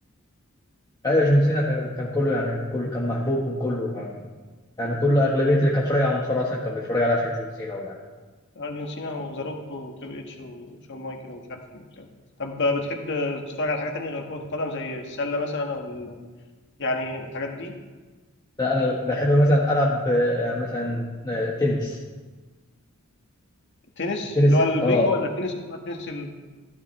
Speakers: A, on the left; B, on the left.
A: ايوه جون سينا كان كان كله يعني كله كان محبوب من كله يعني يعني كل اغلبية اللي كان بيتفرج على المصارعة اصلا كان بيتفرج عليها عشان جون سينا ويعني
B: آه، جون سينا وزاروك وتريبل اتش وشون مايكل ومش عارف ايه وبتاع طب بتحب تتفرج على حاجة تانية غير كرة القدم زي السلة مثلا او ال... يعني الحاجات دي
A: لا انا بحب مثلا العب آه، مثلا آه، تنس
B: تنس
A: التنس
B: اللي هو البينج
A: اه
B: ولا التنس اللي هو التنس ال...